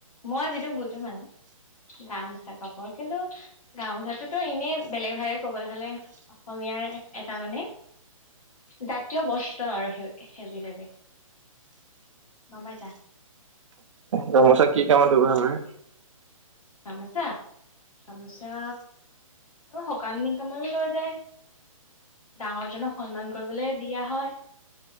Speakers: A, on the left (about 75°); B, on the right (about 60°).
A: মই যিটো বুজো মানে গা মোচা কাপোৰ কিন্তু গামোচাটোতো এনেই বেলেগ ভাগে ক'বলৈ হ'লে অসমীয়াৰ এটা মানে জাতীয় বস্ত্ৰ আৰু সেই সেইবিধ এবিধ গম পাইছা?
B: গামোচা কি কামত ব্যৱহাৰ কৰে?
A: গামোচা, গামোচা সকাম নিকাম লৈ যায়, ডাঙৰজনক সন্মান কৰিবলৈ দিয়া হয়,